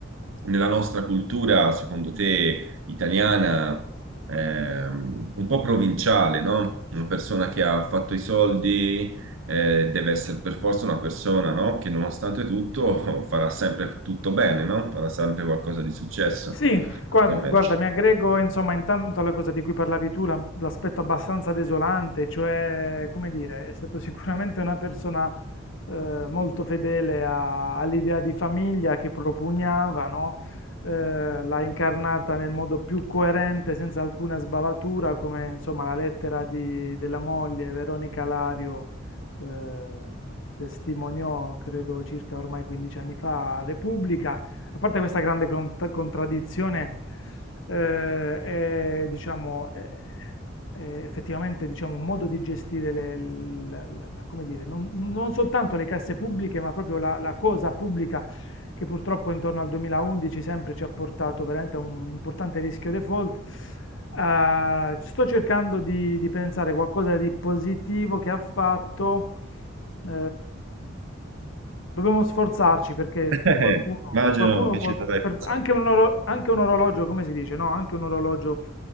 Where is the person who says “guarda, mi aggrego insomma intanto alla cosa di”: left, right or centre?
Left